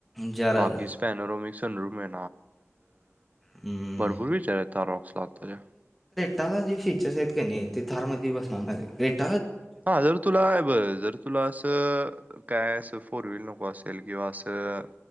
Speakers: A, in the centre; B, on the right.
A: जराज
B: बाकीच पॅनर मिकसू म
A: हम्म
B: भरपूर विचारता रॉक्स लागता
A: टला जे फीचर्स आहेत का नाही ते थार मध्ये बसणार नाही रेट
B: हा जर तुला आहे बर जर तुला असं काय असं फोर व्हील नको असेल किंवा असं